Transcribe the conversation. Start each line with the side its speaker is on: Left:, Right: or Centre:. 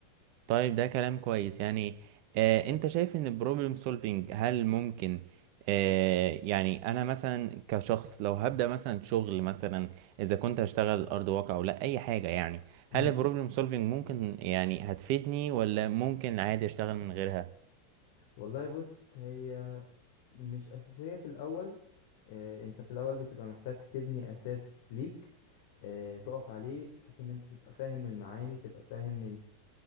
Right: طيب ده كلام كويس يعني آه انت شايف ان البروبلم سولفينج هل ممكن آه يعني انا مثلا كشخص لو هبدأ مثلا شغل مثلا اذا كنت هشتغل ارض واقع ولا اي حاجة يعني
Left: امم
Right: هل البروبلم سولفينج ممكن يعني هتفيدني ولا ممكن عادي اشتغل من غيرها
Left: والله بص هي مش اساسية في الاول آه، انت في الاول بتبقى محتاج تبني اساس ليك آه، تقف عليه بحيث ان انت تبقى فاهم المعاني تبقى فاهم